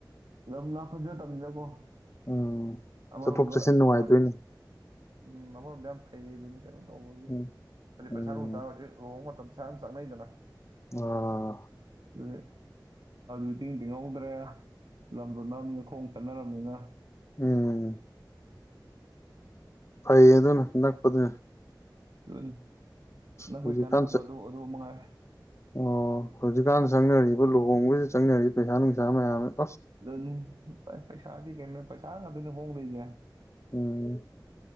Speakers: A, on the right (about 70°); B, on the left (about 35°).
A: ꯂꯝ ꯂꯥꯞꯄꯁꯦ ꯆꯠꯇꯃꯤꯅ ꯀꯣ
B: ꯎꯝ
A: ꯑꯃꯔꯣꯝꯗ
B: ꯆꯠꯊꯣꯛ ꯆꯠꯁꯤꯟ ꯅꯨꯡꯉꯥꯏꯗꯣꯏꯅꯤ
A: ꯌꯥꯝ ꯎꯝ ꯑꯃꯔꯣꯝꯗ ꯌꯥꯝ ꯐꯩ ꯑꯗꯨꯗꯤ ꯀꯩꯅꯣ ꯇꯧꯕꯒꯤ
B: ꯎꯝ
A: ꯍꯥꯏꯗꯤ ꯄꯩꯁꯥ
B: ꯎꯝ
A: ꯅꯨꯡꯁꯥ ꯍꯧꯖꯤꯛ ꯂꯨꯍꯣꯡꯕ ꯃꯇꯝꯗ ꯌꯥꯝꯅ ꯆꯥꯛꯅꯩꯗꯅ
B: ꯑꯥ
A: <unintelligible> ꯏꯤꯡ ꯇꯤꯡꯍꯧꯗ꯭ꯔꯦ ꯂꯝꯗꯨꯣ ꯅꯝꯗ ꯈꯣꯡ ꯆꯠꯅꯔꯝꯅꯤꯅ
B: ꯎꯝ ꯐꯩꯌꯦ ꯑꯗꯨꯅ ꯅꯛꯄꯗꯨꯅ
A: <unintelligible> ꯅꯈꯣꯏ
B: ꯑ ꯍꯧꯖꯤꯛꯀꯥꯟ
A: ꯀꯥꯟꯅꯕ
B: ꯆꯥꯗ
A: ꯑꯗꯨ ꯑꯗꯨ ꯃꯉꯥꯏꯔꯦ
B: ꯑꯣ ꯍꯧꯖꯤꯛꯀꯥꯟ ꯆꯪꯅꯔꯤꯕ ꯂꯨꯍꯣꯡꯕꯁꯤ ꯆꯪꯅꯔꯤ ꯄꯩꯁꯥ ꯅꯨꯡꯁꯥ ꯃꯌꯥꯝ ꯑꯃ
A: ꯑꯗꯨ ꯄꯩꯁꯥꯗꯤ ꯀ ꯄꯩꯁꯥ <unintelligible> ꯍꯣꯡ ꯗꯣꯏ ꯁꯦ
B: ꯎꯝ